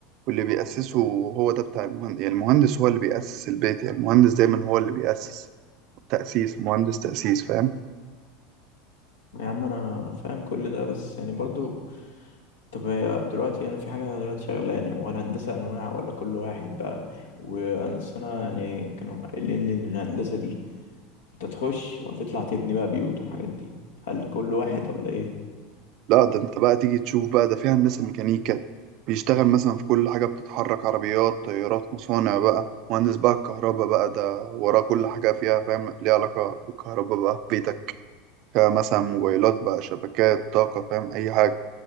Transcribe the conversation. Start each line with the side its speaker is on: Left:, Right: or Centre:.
Right: واللي بيأسسه هو ده بتاع المهندس يعني المهندس هو اللي بيأسس البيت يعني المهندس دايما هو اللي بيأسس تأسيس مهندس تأسيس فاهم
Left: يا عم انا فاهم كل ده بس يعني برضو طب هي دلوقتي انا في حاجه دلوقتي شغلاني يعني ولا هندسه انواع ولا كل واحد بقى وانا أصل انا يعني كانوا قايلين لي ان الهندسه دي انت تخش وهتطلع تبني بقى بيوت والحاجات دي هل كل واحد ولا ايه
Right: لا ده انت بقى تيجي تشوف بقى ده في هندسة ميكانيكا بيشتغل مثلا في كل حاجة بتتحرك عربيات طيارات مصانع بقى مهندس بقى الكهرباء بقى ده وراه كل حاجة فيها فاهم ليها علاقة بالكهرباء بقى في بيتك مثلا موبايلات بقى شبكات طاقة فاهم أي حاجة